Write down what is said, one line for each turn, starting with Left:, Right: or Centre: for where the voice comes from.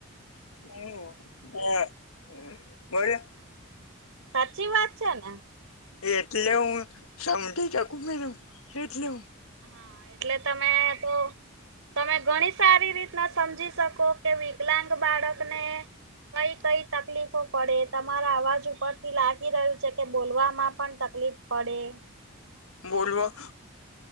Left: હમ હમ મળ્યા
Right: સાચી વાત છે ને
Left: એટલે હું સમજી શકુ ન એટલે હુ
Right: હા એટલે તમે તો તમે ઘણી સારી રીતે ના સમજી શકો કે વિકલાંગ બાળકને કઈ કઈ તકલીફો પડે તમારા અવાજ ઉપરથી લાગી રહ્યું છે કે બોલવામાં પણ તકલીફ પડે
Left: બોલવા